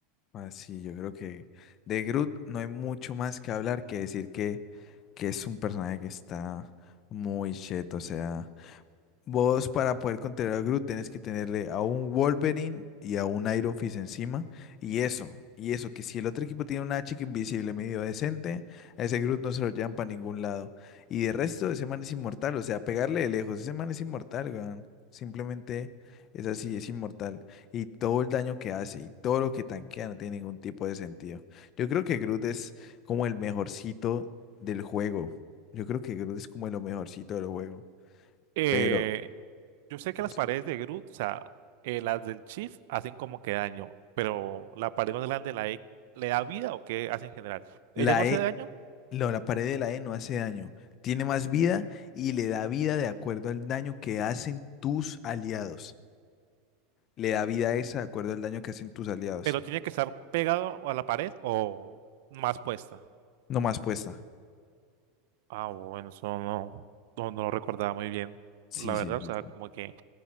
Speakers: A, on the left; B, on the right.
A: Ah, sí, yo creo que de Groot no hay mucho más que hablar que decir que, que es un personaje que está muy cheto, o sea. Vos para poder contener a Groot tenés que tenerle a un Wolverine y a un Iron Fist encima. Y eso, y eso, que si el otro equipo tiene una chica invisible medio decente, a ese Groot no se lo llevan para ningún lado. Y de resto, ese man es inmortal, o sea, pegarle de lejos, ese man es inmortal, weón. Simplemente es así, es inmortal. Y todo el daño que hace y todo lo que tanquea no tiene ningún tipo de sentido. Yo creo que Groot es como el mejorcito del juego. Yo creo que Groot es como lo mejorcito del juego.
B: Eh,
A: Pero,
B: yo sé que
A: no
B: las
A: sé.
B: paredes de Groot, o sea, eh, las del Chief hacen como que daño, pero la pared más grande, la E, ¿le da vida o qué hace en general?
A: La
B: Ella no hace
A: E,
B: daño,
A: lo- la pared de la E no hace daño, tiene más vida y le da vida de acuerdo al daño que hacen tus aliados. Le da vida a esa de acuerdo al daño que hacen tus aliados.
B: pero tiene que estar pegado a la pared o más puesta.
A: No más puesta.
B: Ah, bueno, eso no, no, no lo recordaba muy bien,
A: Sí,
B: la verdad,
A: sí, sí,
B: o sea,
A: sí,
B: como que